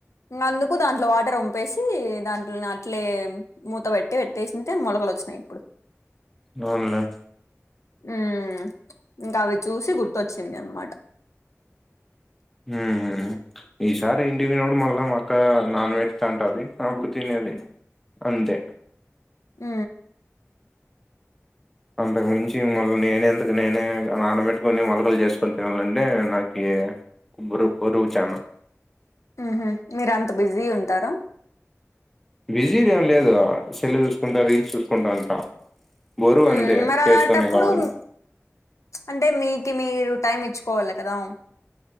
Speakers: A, on the left; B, in the centre.
A: నందుకు దాంట్లో వాటర్ వంపేసి దాంట్లో నట్లేమ్ మూతబట్టి పెట్టేసి ఉంటే మొలకలు వచ్చినయి ఇప్పుడు
B: నూనెలే
A: ఉ ఇంకా అవి చూసి గుర్తొచ్చింది అన్నమాట
B: ఉహ ఈసారి ఇంటి దేవుడు మల్ల మా అక్క నాన్ వెజ్ తింటది అప్పుడు తినేది అంతే
A: ఉ
B: అంతకుమించి మళ్లీ నేనే అంతకు నేనే నానబెట్టుకొని మొలకలు చేసుకొని తినాలంటే నాకు బురు బురువు ఛానల్
A: ఉహ మీరంతా బిజీ ఉంటారు
B: బిజీ ఏం లేదు సెల్ చూసుకుంటా రీల్స్ చూసుకుంటా ఉంటా బోరు
A: ఉమ్
B: అంతే
A: మరి
B: చేసుకునే
A: అలాంటప్పుడు
B: కావాలి
A: అంటే మీకు మీరు టైం ఇచ్చుకోవాలే కదా